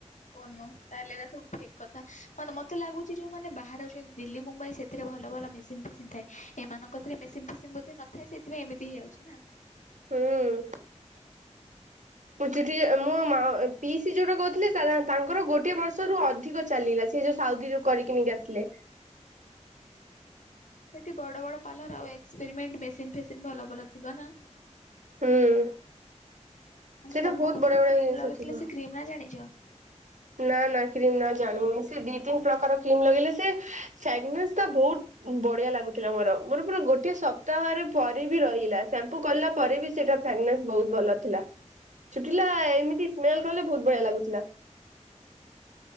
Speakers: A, on the left (about 80°); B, on the right (about 75°).
A: ଓ ନୋ ତାହେଲେ ଏରା ସବୁ ଫେକ୍ କଥା। ମାନେ ମୋତେ ଲାଗୁଚି ଯେଉଁମାନେ ବାହାରେ ଅଛନ୍ ଦିଲ୍ଲୀ ମୁମ୍ବାଇ ସେଥିରେ ଭଲ ଭଲ ମେସିନ୍ ଫେସିନ୍ ଥାଏ । ଏମାନଙ୍କ କତିରେ ମେସିନ୍ ଫେସିନ୍ ବୋଧେ ନଥାଏ ।ସେଥିପାଇଁ ଏମିତି ହେଇଯାଉଛି ନା?
B: ହୁଁ।
A: ହ
B: ମୋ ଚୁଟି ଯ, ମୋ ମା ପିଇସି ଯୋଉଟା କହୁଥିଲେ ତାର ତାଙ୍କର ଗୋଟଏ ବର୍ଷରୁ ଅଧିକ ଚାଲିଲା ସିଏ ଯୋଉ ସାଉଦିରୁୁ କରିକି ନେଇକି ଆସିଲେ।
A: ହଁ ସେଠି ବଡ ବଡ ପାର୍ଲର ଆଉ ଏକ୍ସପେରିମେଣ୍ଟ ମେସିନ୍ ଫେସିନ୍ ଭଲ ଭଲ ଥିବ ନା।
B: ହୁଁ
A: ହଁ
B: ସେଇଟା
A: ଯେ ତୋମକୁ
B: ବହୁତ ବଢିଆ
A: ଯୋଉ
B: ବଢିଆ
A: କ୍ରିମ୍
B: ଜିନିଷ
A: ଲଗେଇଥିଲେ,
B: ଥିବ।
A: ସେ କ୍ରିମ୍ ନା ଜାଣିଚ?
B: ନା ନା କ୍ରିମ୍ ନାଁ ଜାଣିନି। ସେ ଦି ତିନି ପ୍ରକାର କିମ ଲଗେଇଲେ ସେ <unintelligible> ବହୁତ ବଢିଆ ଲାଗୁଥିଲା ମୋର। ମୋର ପୁରା ଗୋଟେ ସପ୍ତାହରେ ପରେ ବି ରହିଲା । ସେମ୍ପୁ କଲା ପରେ ବି ସେଟା ତା ଫେଗନେସ ବହୁତ ଭଲ ଥିଲା। ଚୁଟିଲା ଏମିତି ସ୍ମେଲ୍ କଲେ ବହୁତ ବଢିଆ ଲାଗୁଥିଲା।